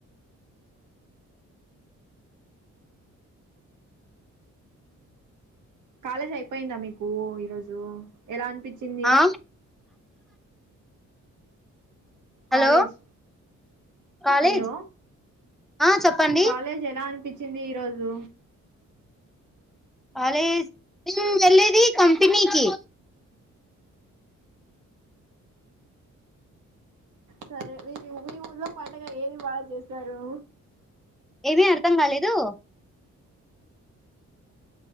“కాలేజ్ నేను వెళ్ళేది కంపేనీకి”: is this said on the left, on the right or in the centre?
Centre